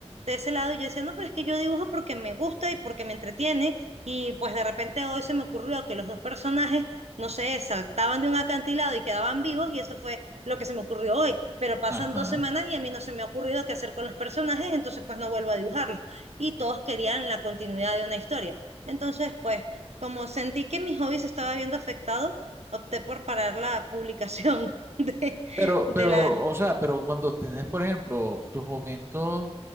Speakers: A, on the right; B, on the right.
A: de ese lado y yo decía, no, pero es que yo dibujo porque me gusta y porque me entretiene y pues de repente hoy se me ocurrió que los dos personajes, no sé, saltaban de un acantilado y quedaban vivos y eso fue lo que se me ocurrió hoy, pero pasan
B: ajá.
A: dos semanas y a mí no se me ha ocurrido qué hacer con los personajes, entonces pues no vuelvo a dibujarlos y todos querían la continuidad de una historia. Entonces pues como sentí que mi hobby se estaba viendo afectado, opté por parar la publicación de,
B: Pero,
A: de
B: pero,
A: la...
B: o sea, pero cuando tenés, por ejemplo, tus momentos